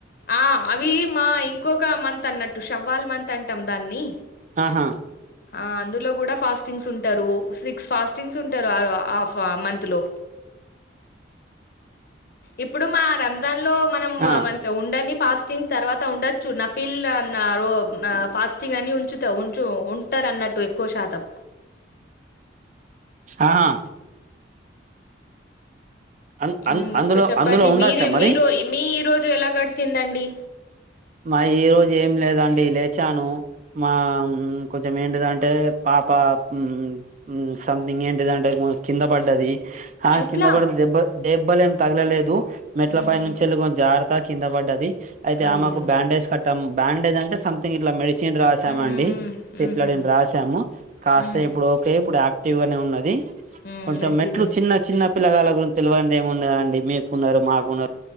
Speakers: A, on the left; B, on the right.
A: ఆ అవి మా ఇంకో ఒక మంత్ అన్నట్టు షవ్వాల్ మంత్ అంటాం దాన్ని
B: ఆహా
A: అందులో కూడా ఫాస్టింగ్స్ ఉంటారు సిక్స్ ఫాస్టింగ్స్ ఉంటారు హాఫ్ మంత్లో ఇప్పుడు మా రంజాన్ లో మనం
B: ఆ
A: ఉండని ఫాస్టింగ్స్ తర్వాత ఉండొచ్చు నఫీల్ నా రో న ఫాస్టింగ్ అని ఉంచుతా ఉంచు ఉంటారు అన్నట్టు ఎక్కువ శాతం
B: ఆహా అ
A: ఇంకా
B: అందులో
A: చెప్పండి
B: అందులో ఉండొచ్చా
A: మీరు
B: మరి
A: మీరు మీ ఈ రోజు ఎలా గడిచిందండి.
B: మ ఈ రోజు ఏమి లేదండి లేచాను మా హ్మ్ కొంచం ఏంటిదంటే పాప హ్మ్ సంథింగ్ ఏంటిదంటే కింద పడ్డది. హా
A: ఎట్లా
B: కింద పడితే దెబ్బ దేబ్బల్ ఏం తగలలేదు మెట్ల
A: ఉహు
B: పైన నుంచి వెళ్ళి పొ జారతా కింద పడ్డది అయితే
A: అయ్యో
B: ఆమెకు బ్యాండేజ్ కట్టాం బ్యాండేజ్ అంటే సంథింగ్ ఇట్లా మెడ్ సిన్ రాసామండి
A: ఉహు
B: సిప్లాడిన్
A: ఉహు
B: రాసాము కాసేపు
A: ఉమ్
B: లోపే ఇప్పుడు యాక్ టివ్ గానే ఉన్నది
A: ఉమ్
B: కొంచెం
A: మంచిదే
B: మెట్లు చిన్న చిన్న పిల్లగాళ్ళ గురించి తెల్వనిది ఏముండదండి మీకున్నారు మాకున్నారు